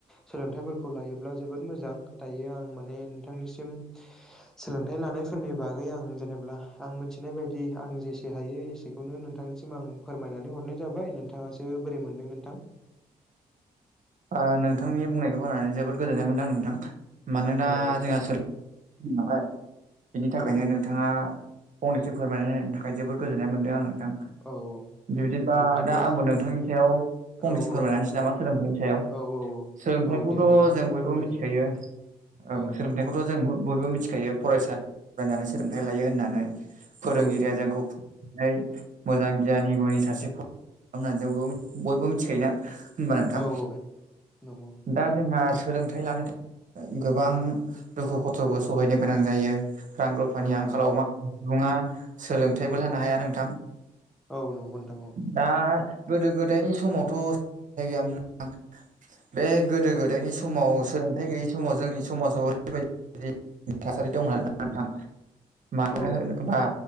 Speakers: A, in the centre; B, on the right.
A: सोलोंथाइफोरखौ लायोब्ला जोबोद मोजां दायो आं माने नोंथांनिसिम सोलोंथाइ लानायफोरनि बागै आं जेनेबा आं मिथिनाय बायदि आं जे एसे हायो एसेखौनो नोंथांनिसिम आं फोरमायनानै हरनाय जाबाय नोंथाङासो बोरै मोनदों नोंथां?
B: ओ नोंथांनि बुंनायखौ गोननानै जोबोद गोजोननाय मोनदों नोंथां मानोना
A: औ
B: जोंहा नालाय बिनि थाखायनो
A: औ
B: नोंथाङा फंनैसो फोरमायना होनायनि थाखाय जोबोद गोजोननाय मोनदों आं नोंथां।
A: औ औ
B: बिदिबा
A: बिब्दिब्ला
B: दा आंबो नोंथांनि सायाव फंनैसो
A: औ औ
B: फोरमाय
A: दे
B: होनोसै
A: फोरमायनो
B: नामा सोलोंथाइनि सोलोंथाइखौथ'
A: औ औ औ दे नोंथां
B: जों बयबो
A: फोरमायनानै
B: मिथिखायो सो
A: औ
B: सोंलोंथाइखौथ' जों बयबो मिथिखायो फरायसा फरायनानै सोलोंथाइ लायो होननानै। फोरोंगिरिया
A: औ
B: जोंखौनाय मोजां गियानि गुनि सासे होननानै जों बयबो मिथिखायोना? होनबा नोंथां
A: औ औ नंगौ।
B: दा जोंहा सोलोंथाइ लानो थाखाय गोबां दुखु खस्थ'बो सहायनो गोनां जायो। रां रुफानि
A: औ
B: आंखालाव
A: औ
B: माखासे सुबुङा सोलोंथाइबो लानो हाया नोंथां।
A: औ नंगौ नोंथां औ।
B: दा गोदो गोदायनि समावथ' गैयामोन नोंथां। बे गोदो गोदायनि समाव सोलोंथाइ गैयि समाव जोंनि समाजाव ओरैबायदि थासारि दं होन नोंथां मानो
A: औ
B: होनोब्ला